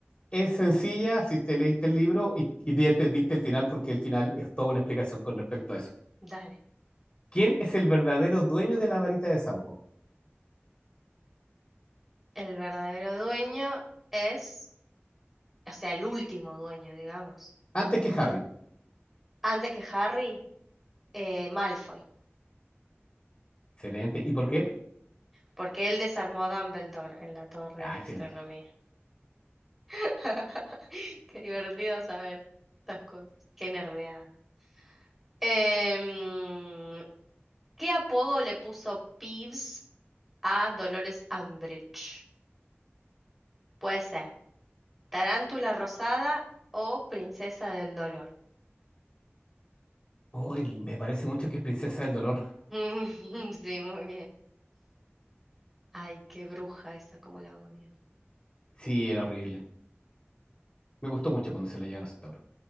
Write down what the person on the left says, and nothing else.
es sencilla si te leíste el libro y, y te entendiste el final, porque el final es toda una explicación con respecto a eso.
¿Quién es el verdadero dueño de la varita de Sauco?
Antes que Harry.
Excelente. ¿Y por qué?
Ah,
excelente.
Uy, me parece mucho que es Princesa del Dolor.
Sí, era horrible. Me gustó mucho cuando se la lleva a los tauros.